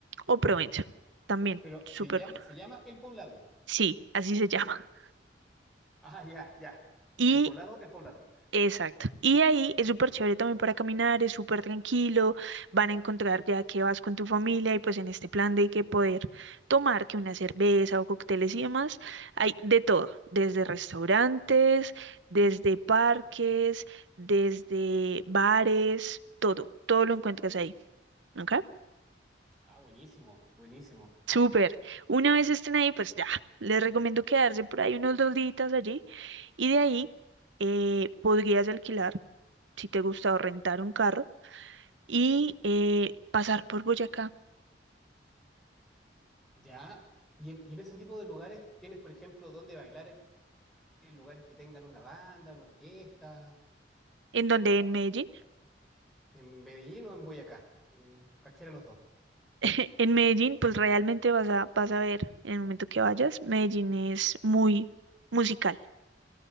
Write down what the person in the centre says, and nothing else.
Pero se
llama,
se llama el poblado.
Ah, ya, ya.
El poblado, el poblado.
Ah, buenísimo, buenísimo.
Ya. Y en, y en ese tipo de lugares tienes, por ejemplo, donde bailar en en lugares que tengan una banda, una orquesta,
en Medellín o en Boyacá, en cualquiera de los dos.